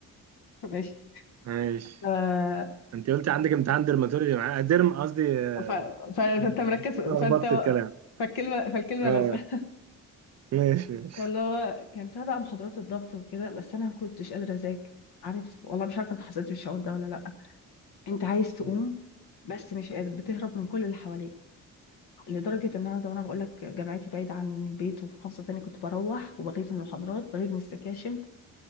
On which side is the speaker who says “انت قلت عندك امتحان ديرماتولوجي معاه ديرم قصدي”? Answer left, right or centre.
Right